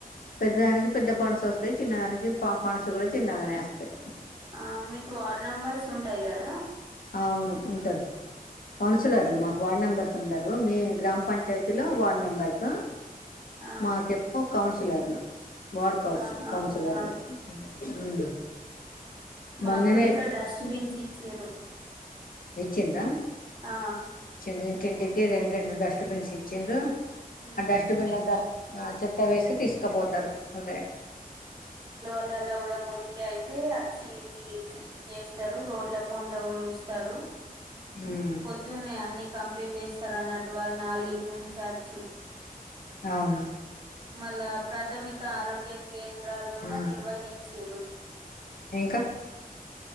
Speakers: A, on the left; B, on the right.
A: పెద్ద దానికి పెద్ద ఫండ్స్ వస్తాయి చిన్నదానికి ప ఫండ్స్ కూడా చిన్నగానే వస్తాయి
B: ఆ మీకు వార్డ్ నెంబర్స్ ఉంటాయి గదా
A: అవును ఉంటరు కౌన్సిలర్లు మాక్ వార్డ్ మెంబర్స్ ఉండరు మీ గ్రామ పంచాయతీ లో వార్డ్ మెంబర్స్
B: ఆ
A: మాకెప్పు కౌన్స్ లదు వార్డు కౌన్స్
B: ఆ
A: కౌన్సిలర్
B: అవునా
A: హుమ్
B: మగుడ
A: మొన్ననే
B: ఇక్కడ డిస్టెన్స్ ఇచిన్లు
A: నిచ్చింద
B: ఆ
A: ఇంటింటికి రెండు రెండు డస్ట్బిన్స్ ఇచ్చిరు
B: మ్మ్
A: డస్ట్బిన్ లను ఆ చెత్త వేసి తీసుకుపోతారు అదే
B: పల్లెల్లో కూడా మురికి అయితే వచ్చి క్లీని చేస్తారు రోడ్ల పోంటా ఊడుస్తారు
A: ఉమ్.
B: పొద్దున్నే అన్ని కంప్లీట్ చేస్తారు అన్నట్టు వాళ్ళు నాలుగిటి నుంచి వచ్చి
A: అవును
B: మల్ల ప్రాథమిక ఆరోగ్య కేంద్రాలు కూడా
A: ఆ
B: నిర్వహించారు
A: ఇంకా